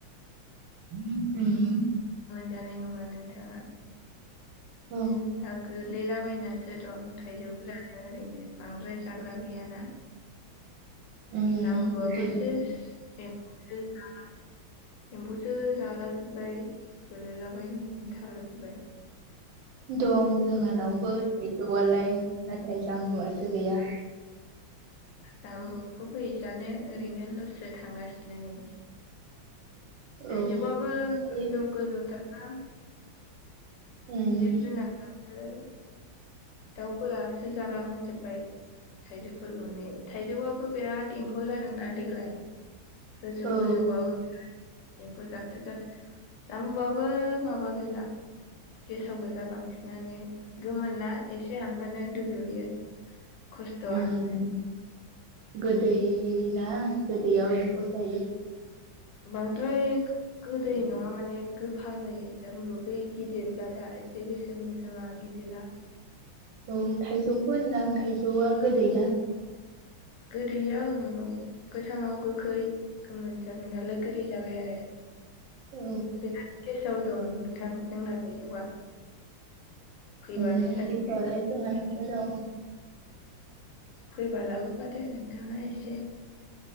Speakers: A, on the right; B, on the left.
A: <unintelligible>
B: जानाय नङा नोंथाङा।
A: औ
B: <unintelligible> गोरलैलाबायनानसो दं थायजौफोरानो ओरैनो बांद्राय जाग्रा गैयाना
A: उम
B: जाम्बुआबो
A: बिदिनो
B: सेस एम्फौसो जाला जोब्बाय गोलैलाबाय ना थालाजोबबाय।
A: दं जोंहानावबो। गैथ'आलाय नाथाय जाम्बुआसो गैया।
B: जाम्बुखौ फै जानो ओरैनो लसो थांगासिनो नै। थाइजौआबो
A: औ थायो
B: गोजौ गोजौथार। हा?
A: उम
B: जिब जुनारफोर हो? दाउफोरासो जालांजोबबाय थाइजौफोरखौ नै थाइजौआबो बिराद एम्फौ जादोंना देग्लाय। गोजौ
A: औ
B: गोजौ बाबो बिराथ एम्फौ जासोगारदो जामबुआबो माबा गोजा गेसाव गोजा बांसिनानो गोमोन ना एसे हामबानो दुलुयो। खुसथ'
A: उम
B: हाननो।
A: गोदै ना गोदैयाव एम्फौ जायो।
B: बांद्राय गोदै नङा माने गोफा जायो जामबु बै गिदिर जादा एसे गोसोम गोसोमा गिदिरा।
A: औ थाइजौखौ होनदां थाइजौआ गोदैना।
B: गोदैया उम औ, गोथाङाव गोखै गोमोन जाबाय नालाय गोदै जाबाय आरो।
A: औ।
B: बिराद गेसाव दं नोंथां जोंना थाइजौआ।
A: <unintelligible>
B: फैबा नोंसोरनिखौ
A: <unintelligible>
B: फैबालाबोफादो नोंथाङा एसे।